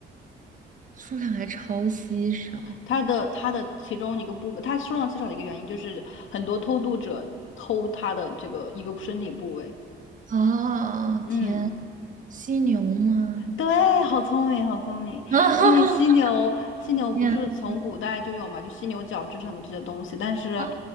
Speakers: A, on the right; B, on the left.
A: 数量还超稀少。
B: 它的它的其中一个部分，它数量稀少的一个原因就是很多偷渡者偷它的这个一个身体部位。
A: 哦，
B: 嗯。
A: 天，犀牛吗？
B: 对，好聪明，好聪明。
A: <laughs> 哦，
B: 因为犀牛，犀牛不是从古代就有嘛，
A: 天
B: 就犀牛角制成的这些东西。但是，
A: 啊，